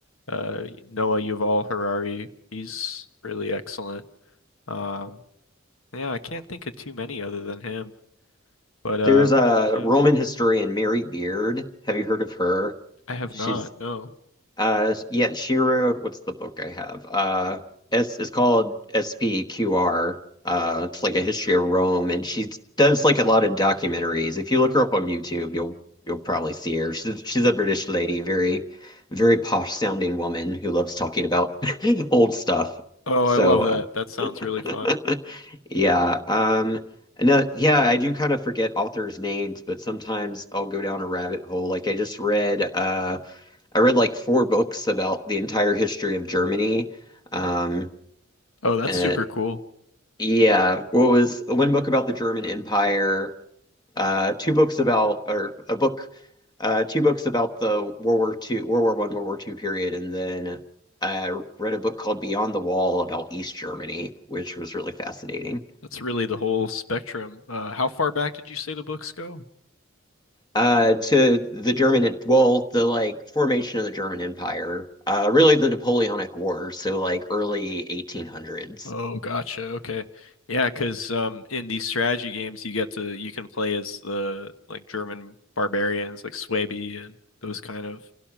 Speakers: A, on the left (about 80°); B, on the left (about 20°).
A: uh, Noah Yuval Harari. He's really excellent. Um, yeah, I can't think of too many other than him. But uh,
B: There's a
A: yeah,
B: Roman historian, Mary Beard. Have you heard of her?
A: I have
B: She's
A: not. No.
B: Uh, yeah, she wrote, what's the book I have? Uh, it's, it's called SPQR. Uh, it's like a history of Rome, and she does like a lot of documentaries. If you look her up on YouTube, you'll you'll probably see her. She's she's a British lady, very very posh sounding woman who loves talking about <laughs> old stuff.
A: Oh,
B: So,
A: I love that. That sounds really fun.
B: uh, <laughs> yeah. Um, no, yeah, I do kind of forget authors' names, but sometimes I'll go down a rabbit hole. Like I just read, uh. I read like four books about the entire history of Germany. Um,
A: Oh, that's
B: and
A: super cool.
B: yeah, what was one book about the German Empire, uh, two books about, or a book, uh, two books about the World War Two, World War One, World War Two period, and then I read a book called Beyond the Wall about East Germany, which was really fascinating.
A: That's really the whole spectrum. Uh, how far back did you say the books go?
B: Uh, to the German, well, the like formation of the German Empire, uh, really the Napoleonic Wars, so like early 1800s.
A: Oh, gotcha. Okay. Yeah, 'cause um in these strategy games you get to you can play as the like German barbarians like Suebi and those kind of